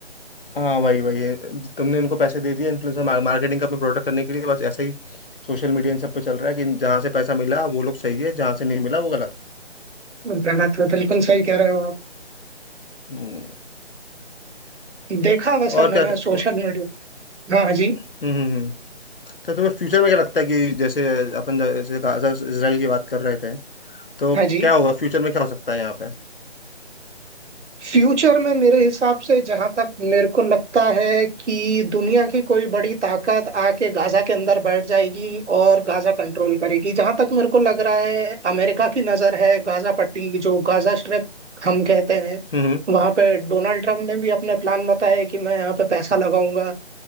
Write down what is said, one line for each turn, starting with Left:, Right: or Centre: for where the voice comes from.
Left: हाँ वही वही तुमने इनको पैसे दे दिए इन्फ्लुएंसर मार्केटिंग का अपने प्रोडक्ट करने के लिए बस ऐसा ही सोशल मीडिया इन सब पे चल रहा है कि जहाँ से पैसा मिला वो लोग सही है जहाँ से नहीं मिला वो गलत है
Right: गलत है बिल्कुल सही कह रहे हो आप
Left: हम्म,
Right: देखा वैसे
Left: और
Right: मैंने
Left: क्या हम्म
Right: सोशल मीडिया हाँ हाँ जी
Left: हम्म, हम्म। तो तुम्हें फ्यूचर में क्या लगता है कि जैसे अपन जैसे गाजा इसराइल की बात कर रहे थे तो
Right: हाँ जी
Left: क्या होगा फ्यूचर में क्या हो सकता है यहाँ पे
Right: फ्यूचर में मेरे हिसाब से जहां तक मेरे को लगता है कि दुनिया की कोई बड़ी ताकत आके गाजा के अंदर बैठ जाएगी और गाजा कंट्रोल करेगी जहां तक मेरे को लग रहा है अमेरिका की नजर है गाजा पट्टी जो गाजा स्ट्रिप हम कहते हैं
Left: हम्म
Right: वहां पे डोनाल्ड ट्रम्प ने भी अपने प्लान बताए कि मैं यहाँ पे पैसा लगाऊंगा